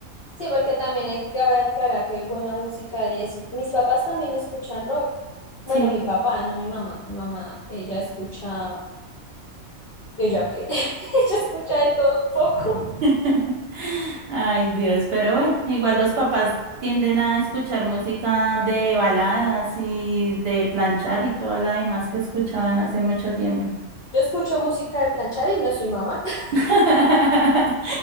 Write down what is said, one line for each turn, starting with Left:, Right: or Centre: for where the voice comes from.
Left: Sí, porque también hay que aclarar que hay buena música de eso. Mis papás también escuchan rock. Bueno,
Right: Sí.
Left: mi papá, no mi mamá. Mi mamá, ella escucha, ella que, <laughs> ella escucha de todo un poco.
Right: <laughs> Ay, Dios, pero bueno, igual los papás tienden a escuchar música de baladas y de planchar y toda la demás que escuchaban hace mucho tiempo.
Left: Yo escucho música de planchar y no soy mamá. <laughs>
Right: <laughs>